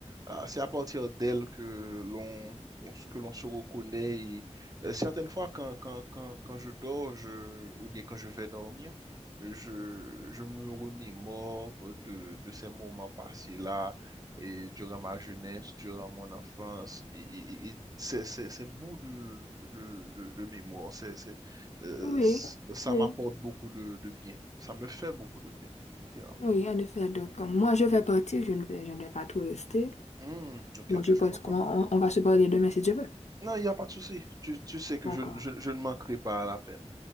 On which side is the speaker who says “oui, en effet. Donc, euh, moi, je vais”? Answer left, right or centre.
Left